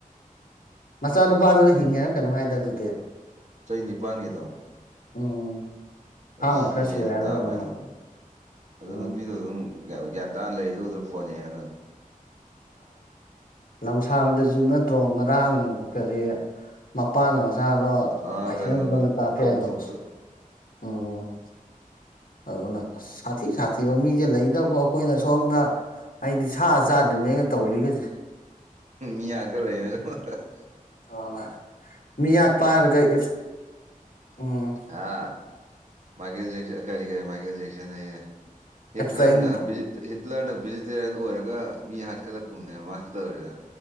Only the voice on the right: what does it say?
ꯆꯍꯤ ꯅꯤꯄꯥꯟꯒꯤꯗꯣ
ꯑꯗꯨ
ꯁꯤꯔꯦꯅ
ꯇꯥꯕ
ꯍꯥꯏꯅ ꯑꯣ
ꯅꯨꯄꯤꯗꯣ ꯑꯗꯨꯝ ꯒ꯭ꯌꯥꯟ ꯇꯥꯅ ꯂꯩꯔꯤꯗꯨꯗ ꯐꯣꯟ ꯌꯦꯡꯉꯒ
ꯑꯥ
ꯀꯩꯅꯣꯗ
ꯀꯧꯇ꯭ꯔꯨꯛꯇ
ꯃꯤ ꯌꯥꯔꯒ ꯂꯩ ꯃ <unintelligible>
ꯍꯥꯥ ꯃꯥꯒꯤꯖꯦꯛꯁꯟ ꯀꯔꯤ ꯀꯔꯤ ꯃꯥꯒꯤꯖꯦꯦꯛꯁꯟꯌꯦ ꯏꯠ
ꯂꯅ ꯍꯤꯠꯂꯔꯅ ꯚꯦꯖꯤꯇꯦꯔꯤꯌꯟ ꯑꯣꯏꯔꯒ ꯃꯤ ꯍꯥꯠꯀꯠꯂꯛꯄꯨꯝꯕꯅꯦꯕ ꯃꯥꯅ ꯇꯧꯔꯤꯗ